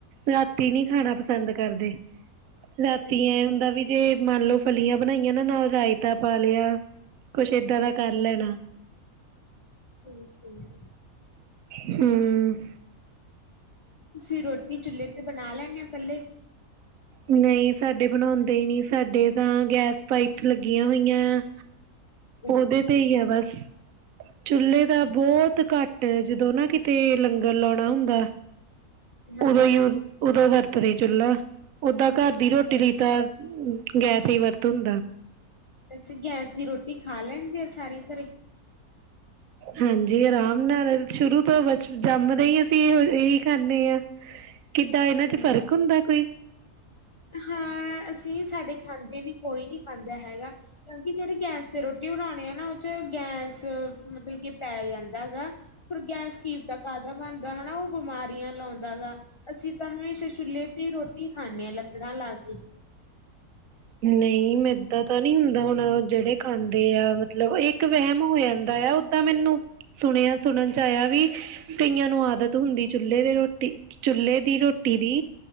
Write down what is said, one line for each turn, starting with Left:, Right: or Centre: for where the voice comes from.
Right: ਰਾਤੀ ਨੀ
Left: ਅੱਛਾ
Right: ਖਾਣਾ
Left: ਜੀ
Right: ਪਸੰਦ ਕਰਦੇ ਰਾਤੀ
Left: ਅੱਛਾ
Right: ਐਏ ਹੁੰਦਾ
Left: ਜੀ
Right: ਵੀ ਜੇ ਮੰਨ ਲੋਓ ਫਲੀਆਂ ਬਣਾਈਆਂ ਨਾ ਨਾਲ ਰਾਇਤਾ ਪਾ ਲਿਆ ਕੁਛ ਏਦਾਂ ਦਾ
Left: ਅੱਛਾ
Right: ਕਰ ਲੈਣਾ
Left: ਜੀ <inaudible>
Right: ਹਮ
Left: ਤੁਸੀਂ ਰੋਟੀ ਚੁੱਲ੍ਹੇ ਤੇ ਬਣਾ ਲੈਂਦੇ ਹੋ ਇਕੱਲੇ
Right: ਨਹੀਂ ਸਾਡੇ ਬਣਾਉਂਦੇ ਹੀ ਨਹੀਂੀ ਸਾਡੇ ਤਾਂ ਗੈਸ ਪਾਈਪ ਲੱਗੀਆਂ ਹੋਈਆਂ ਆ
Left: ਅੱਛਾ
Right: ਉਹਦੇ ਤੇ ਹੀ ਆ ਬਸ ਚੁੱਲੇ ਦਾ
Left: ਜੀ
Right: ਬਹੁਤ ਘੱਟ ਜਦੋਂ ਨਾ ਕਿਤੇ ਲੰਗਰ ਲਾਉਣਾ ਹੁੰਦਾ
Left: ਹਾਂਜੀ
Right: ਉਦੋਯੂਰ ਉਦੋਗਰ ਤ ਨਹੀਂ ਚੁੱਲ ਓਦਾਂ ਘਰ ਦੀ
Left: ਅੱਛਾ
Right: ਰੋਟੀ ਲਈ
Left: ਜੀ।
Right: ਤ ਗੈਸ ਹੀ ਵਰਤ ਹੁੰਦਾ
Left: ਅੱਸੀਂ ਗੈਸ ਦੀ ਰੋਟੀ ਖਾ ਲੈਣਦੇ ਆ ਸਾਰੇ ਘਰੇ
Right: ਹਾਂਜੀ ਆਰਾਮ ਨਾਲ ਸ਼ੁਰੂ ਤੋਂ ਬ ਜੰਮਦੇ ਹੀ ਅਸੀਂ ਇਹ ਇਹੀ ਖਾਂਦੇੇ ਹਾਂ ਕਿੱਦਾਂ
Left: ਅੱਛਾ
Right: ਇਹਨਾਂ ਚ ਫ਼ਰਕ ਹੁੰਦਾ ਕੋਈ
Left: ਹਾਂ ਅਸੀਂ ਸਾਡੇ ਖਾਂਦੇ ਨੀ ਕੋਈ ਨੀ ਖਾਂਦਾ ਹੈਗਾ ਕਿਉਂਕਿ ਜਿਹੜੀ ਗੈਸ ਤੇ ਰੋਟੀ ਬਣਾਉਣੀ ਆ ਨਾ ਉਹ ਚ ਗੈਸ ਮਤਲਬ ਕੇ ਪੈ ਜਾਂਦਾਗਾ ਫਿਰ ਗੈਸ ਕੀ ਪਤਾ ਕਾਹਦਾ ਬਣਦਾ ਹਨਾ ਉਹ ਬਿਮਾਰੀਆਂ ਲਾਉਂਦਾ ਹੈਗਾ ਅਸੀਂ ਤਾਂ ਹਮੇਸ਼ਾ ਚੁੱਲ੍ਹੇ ਤੇ ਰੋਟੀ ਖਾਣੇ ਹਾਂ ਲੱ ਕੜਾ ਲਾ ਕੇ
Right: ਨਹੀਂ ਏਦਾਂ ਤਾਂ ਨਹੀਂ ਹੁੰਦਾ ਹੁਣ ਜਿਹੜੇ ਖਾਂਦੇ ਆ ਮਤਲਬ ਇੱਕ ਵਹਿਮ ਹੋ ਜਾਂਦਾ ਆ ਓਦਾਂ ਮੈਨੂੰ ਸੁਣਿਆ ਸੁਣਨ ਚ ਆਇਆ ਵੀ ਕਈਆਂ ਨੂੰ ਆਦਤ ਹੁੰਦੀ ਚੁੱਲ੍ਹੇ ਦੀ ਰੋਟੀ ਚੁੱਲ੍ਹੇ ਦੀ ਰੋਟੀ ਦੀ